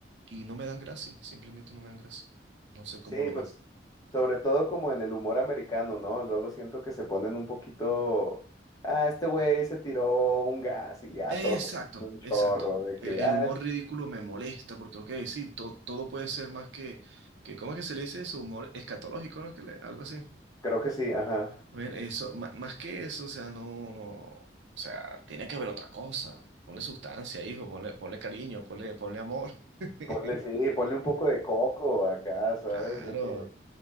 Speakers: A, on the right; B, on the left.
A: y no me dan gracia, simplemente no me dan gracia. No sé cómo
B: sí,
A: lo
B: pues
A: ves.
B: sobre todo como en el humor americano, ¿no? Luego siento que se ponen un poquito, ah, este güey se tiró un gas y ya
A: Exacto,
B: todos se ríen un chorro
A: exacto.
B: de
A: El,
B: que,
A: el
B: ah,
A: humor ridículo me molesta porque, ok, sí, to- todo puede ser más que, que, ¿cómo es que se le dice eso? Humor escatológico, ¿no? Es que le- algo así.
B: creo que sí, ajá.
A: Bueno, eso, ma- más que eso, o sea, no, no, o sea, tiene que haber otra cosa. Ponle sustancia, hijo, ponle, ponle cariño, ponle, ponle amor. <laughs>
B: Ponle, <laughs> sí, ponle un poco de coco acá, ¿sabes?
A: Claro.
B: De que